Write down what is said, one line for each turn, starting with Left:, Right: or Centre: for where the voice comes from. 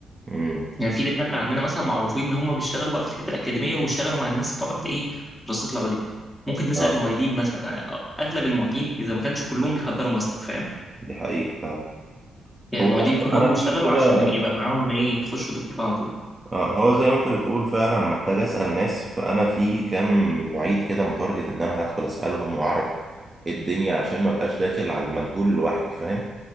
Right: امم
Centre: يعني في دكاترة عندنا مثلا معروفين إن هم بيشتغلوا بقى في الحتة الأكاديمية واشتغلوا مع الناس بتوع الإيه الدراسات العليا ممكن تسأل
Right: اه
Centre: معيدين مثلا أغلب المعيدين إذا ما كانش كلهم بيحضروا ماستر فاهم
Right: دي حقيقه فعلا
Centre: يعني
Right: هو
Centre: المعيدين
Right: انا
Centre: كلهم
Right: أنا
Centre: بيشتغلوا
Right: في كده
Centre: عشان يبقى معاهم إيه يخشوا دكتوراه على طول
Right: اه هو زي ما انت بتقول فعلا محتاج اسال ناس فانا في كام معيد كده متارجت ان انا هدخل اسالهم واعرف ايه الدنيا عشان ما بقاش داخل على المجهول لوحدي فاهم